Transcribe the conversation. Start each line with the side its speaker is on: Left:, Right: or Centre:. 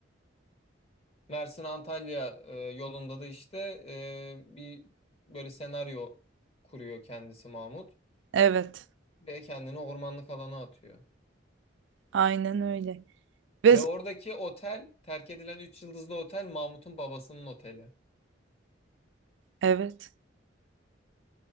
Left: Mersin-Antalya e, yolunda da işte e, bir böyle senaryo kuruyor kendisi Mahmut.
Right: Evet.
Left: Ve kendini ormanlık alana atıyor.
Right: Aynen öyle. Ve
Left: Ve oradaki otel, terk edilen 3 yıldızlı otel Mahmut'un babasının oteli.
Right: evet.